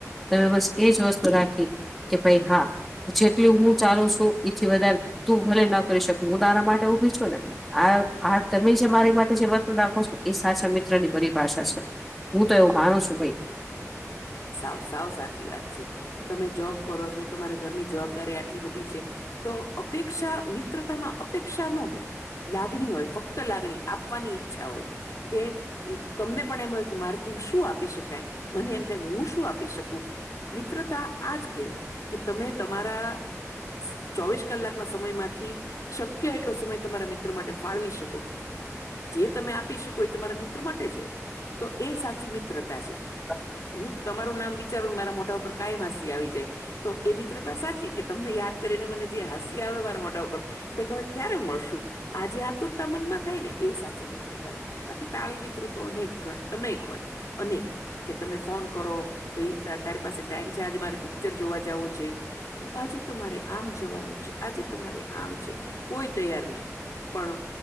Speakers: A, in the centre; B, on the left.
A: તમે બસ એજ વસ્તુ રાખી, કે ભાઈ હા. જેટલી હું ચાલુ છું, ઈથી વધારે તું ભલે ન કરી શકું, હું તારા માટે તો ઊભી છું ને. આ આ તમે જે મારી માટે જે વર્તન રાખો છો, એ સાચા મિત્ર ની પરીભાષા છે. હું તો એવું માનું છું ભઈ.
B: સાવ, સાવ સાચી વાત છે, તમે જોબ કરો છો, તમારા ઘરની જવાબદારી આટલી બધી છે. તો અપેક્ષા મિત્રતામાં અપેક્ષા ન હોય. લાગણી હોય, ફક્ત લાગણી, આપવાની ઈચ્છા હોય. કે તમને પણ એમ હોય કે મારથી શું આપી શકાય? મને એમ તે હું શું આપી શકું? મિત્રતા આજ કેવાય કે તમે તમારા ચોવીસ કલાકનનો સમય માંથી શક્ય એટલો સમય તમારા મિત્રો માટે ફાળવી શકો. જે તમે આપી શકો, એ તમારા મિત્રો માટે જ હોય, તો એ સાચી મિત્રતા છે.
A: <inaudible>
B: હું તમારું નામ વિચારું, મારા મોટા ઉપર કાયમ મહસી આવી જાય. તો એ મિત્રતા સાચી, કે તમને યાદ કરીને મને જે હસી આવે એ માર મોટા ઉપર તે ખત ક્યારે મળશું? આ જે આતુરતા મનમાં થાય ને એ સાચી મિત્રતા. બાકી તાળી મિત્રો તો અનેક કણ, અનેક હોય, અનેક. કે તમે ફોન કરો, પઈ તાર તારે પાસે ટાઈમ છે, આજે મારે પિક્ચર જોવા જાવું છે. તો આજે તો મારે આમ જવાનું છે, આજે તો મારે આમ છે, કોઈ તૈયાર નહી. પણ,